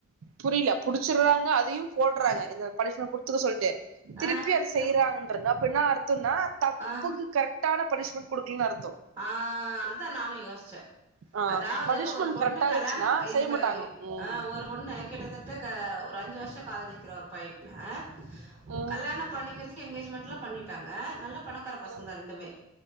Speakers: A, on the right; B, on the right.
A: புரில புடிச்சிர்ராங்க அதையு போடுறாங்க இந்த பனிஷ்மெண்ட் குடுத்துக்க சொல்ட்டு திருப்பி
B: ஆ,
A: அது செய்றாங்கன்றத அப்ப என்ன அர்த்தோனா தப்புக்கு
B: ஆ.
A: கட் கட்டான பனிஸ்மெண்ட் குடுக்கலன் அர்த்தோ
B: ஆ அதுதா நானு யோசிச்ச
A: ஆ
B: அதாவது
A: பனிஷ்மெண்ட்
B: ஒரு பொண்ணு
A: கரெக்டா இருந்துச்சுன்னா
B: கல்யாணம்
A: செய்ய
B: இப்ப
A: மாட்டாங்க ம்
B: அ ஒரு பொண்ணு கிட்டத்தட்ட க ஒரு அஞ்சு வருஷோ காதலிக்கிறா ஒரு பையன
A: ம்
B: கல்யாணம் பண்ணிக்கிறதுக்கு எங்கேஜ்மெண்ட்லா பண்ணிட்டாங்க நல்ல பணக்கார பசங்கதா
A: ம்
B: ரெண்டுமே